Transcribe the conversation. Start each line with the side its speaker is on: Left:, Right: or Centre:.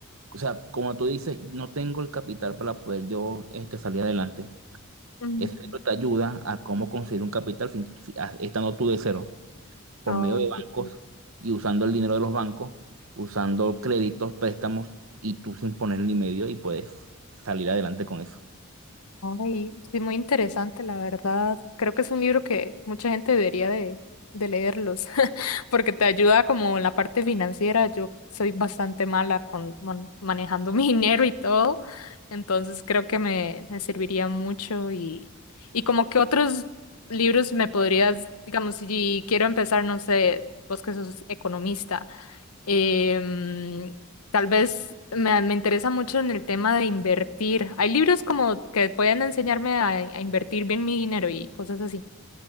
Right: o sea, como tú dices, no tengo el capital para poder yo este, salir adelante.
Left: mm.
Right: Ese libro te ayuda a cómo conseguir un capital sin- si- a- estando tú de cero, por
Left: Oh,
Right: medio de bancos
Left: ok.
Right: y usando el dinero de los bancos, usando créditos, préstamos y tú sin ponerle medio y puedes salir adelante con eso.
Left: Ay, sí, muy interesante, la verdad. Creo que es un libro que mucha gente debería de, de leerlos, <laughs> porque te ayuda como en la parte financiera. Yo soy bastante mala con mon- manejando <laughs> mi dinero y todo, entonces creo que me, me serviría mucho y, y como que otros libros me podrías, digamos, si quiero empezar, no sé, vos que sos economista. Em, tal vez me, me interesa mucho en el tema de invertir. Hay libros como que pueden enseñarme a, a invertir bien mi dinero y cosas así.